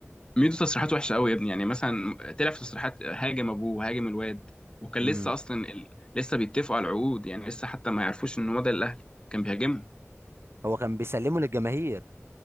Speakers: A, on the left; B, on the right.
A: ميدو تصريحاته وحشه قوي يا ابني يعني مثلا طلع في تصريحات هاجم ابوه وهاجم الواد وكان
B: امم
A: لسه اصلا ال... لسه بيتفقوا على العقود يعني لسه حتى ما يعرفوش ان هو ده الاهلي كان بيهاجمهم
B: هو كان بيسلمه للجماهير